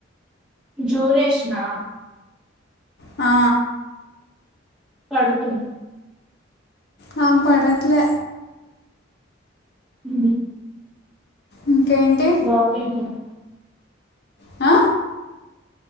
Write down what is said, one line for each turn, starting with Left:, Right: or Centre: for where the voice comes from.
Centre: జ్యూరేషనా
Left: ఆ
Centre: పడుతుం
Left: నాకు పడట్లే
Centre: ఊ
Left: ఇంకేంటి
Centre: లాక్ అయిందేమో
Left: ఆ